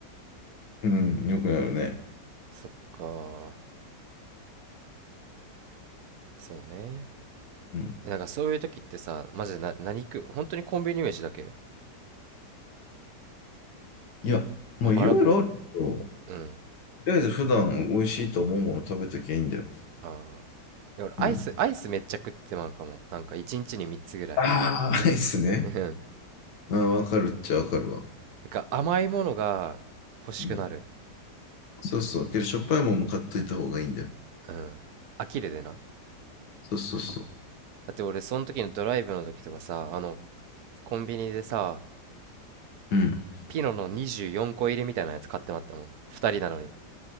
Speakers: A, on the left; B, on the right.
A: うん。よくなるね。
B: そっか。そうね。
A: うん。
B: え、なんかそういう時ってさ、マジでな、何食う本当にコンビニ飯だけ
A: いや、もういろいろあるけど、
B: もうバラ、
A: と
B: うん。
A: りあえず普段美味しいと思うもの食べときゃいいんだよ。
B: ああ。いや、俺アイス、
A: うん。
B: アイスめっちゃ食ってまうかも。なんか一日に3つぐらい。
A: ああ、ないっすね。
B: うん。なん
A: ああ、わかるっちゃわかるわ。
B: か甘いものが欲しくなる。
A: うんそうそう。けど、しょっぱいもんも買っといた方がいいんだよ。
B: うん。飽きるでな。
A: そうそうそ
B: だって俺その時のドライブの時とかさ、あの、コンビニでさ、
A: う。うん。
B: ピノの24個入りみたいなやつ買ってまったもん。2人なのに。